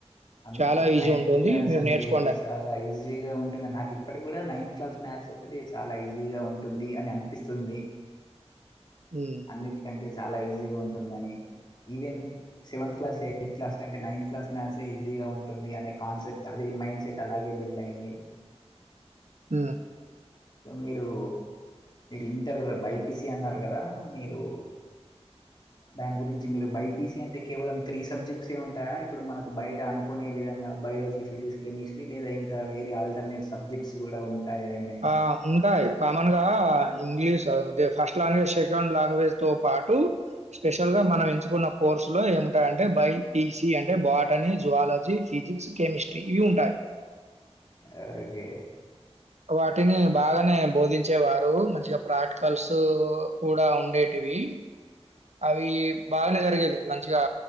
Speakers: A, on the left (about 40°); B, on the right (about 85°).
A: అందుకే
B: చాలా ఈజీ
A: నైన్త్
B: ఉంటుంది.
A: క్లాస్
B: మీరు
A: అంటే
B: నేర్చుకోండని.
A: చాలా ఈజీగా ఉంటుంది నాకు ఇప్పటికి కూడా నైన్త్ నైన్త్ క్లాస్ మ్యాస్ ఒకటే చాలా ఈజీగా ఉంటుంది అని అనిపిస్తుంది
B: హ్మ్.
A: అన్నిటికంటే చాలా ఈజీగా ఉంటుందని even seventh class eighth class కంటే నైన్త్ క్లాస్ మ్యాసే ఈజీగా ఉంటుంది అనే కాన్సెప్ట్ అదే మైండ్ సెట్ అలాగే బిల్డ్ అయింది
B: ఉ
A: మీరు ఇంటర్ బైపీసీ అన్నారు కదా మీరు ట్రైన్ సౌండ్ దాని గురించి మీరు బైపీసి అంటే కేవలం త్రీ సబ్జెక్ట్స్ ఉంటాయా ఇప్పుడు మనకు బయట అనుకునే విధంగా బయోలజీ ఫిజక్స్ కెమిస్టీ లేదా ఇంకా వేరే ఆల్టర్నేట్ సబ్జెక్ట్స్ కూడా ఉంటాయా ఏమైనా
B: ఆ ఉంటాయి కామన్ గా English first language second language తో పాటు స్పెషల్ గా మనం ఎంచుకున్న కోర్సులో ఏముంటాయంటే బై పిసి అంటే బాటనీ జుయాలజీ ఫిజిక్స్ కెమిస్ట్రీ ఇవి ఉంటాయి
A: క గే
B: వాటిని బాగానే బోధించేవారు మంచిగా ప్రాక్టికల్స్ కూడా ఉండేటివి
A: ఉ
B: అవి బాగానే జరిగేది మంచిగా